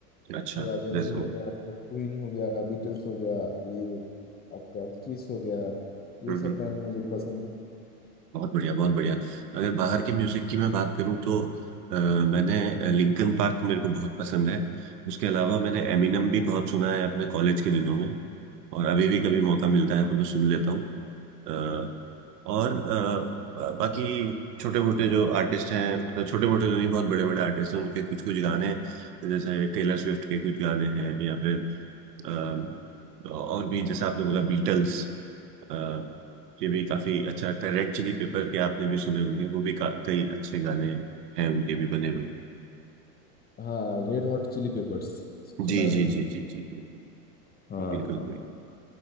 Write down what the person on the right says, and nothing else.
अच्छा
जैसे
वो,
हम्म
हम्म,
बहुत बढ़िया बहुत बढ़िया अगर बाहर के म्यूजिक की मैं बात करूँ तो अ, मैंने लिंकन पार्क मेरे को बहुत पसंद है उसके अलावा मैंने एमिनम भी बहुत सुना है अपने कॉलेज के दिनों में और अभी भी कभी मौका मिलता है तो मैं सुन लेता हूँ अ, और अ, बा- बाकी छोटे मोटे जो आर्टिस्ट हैं मतलब छोटे मोटे तो नहीं बहुत बड़े बड़े आर्टिस्ट हैं उनके कुछ कुछ गाने हैं जैसे टेलर स्विफ्ट के कुछ गाने हैं या फिर अ, और भी जैसे आपने बोला बीटल्स अ, ये भी काफी अच्छा लगता है रेड चिली पेपर के आपने भी सुने होंगे वो भी का, कई अच्छे गाने हैं उनके भी बने हुए
जी
जी जी जी जी जी
बिल्कुल वही